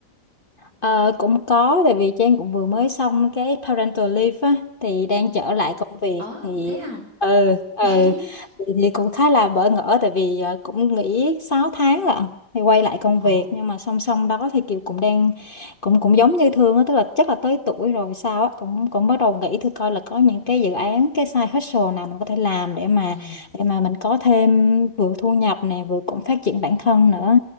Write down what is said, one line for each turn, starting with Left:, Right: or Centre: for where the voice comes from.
Left: Ờ, cũng có tại vì Trang cũng vừa mới xong cái parental leave á thì đang
Right: Ừ.
Left: trở lại công việc
Right: Ồ
Left: thì
Right: thế hả
Left: ừ ừ
Right: <laughs>
Left: thì, thì cũng khá là bỡ ngỡ tại vì ờ, cũng nghỉ 6 tháng lận thì quay lại công
Right: Ồ.
Left: việc nhưng mà song song đó thì Kiều cũng đang cũng cũng giống như Thương á tức là chắc là tới tuổi rồi sao á cũng cũng bắt đầu nghĩ thử coi là có những cái dự án cái side hustle nào mình có thể làm để mà
Right: ừ,
Left: để mà mình có thêm vừa thu nhập này vừa cũng phát triển bản thân nữa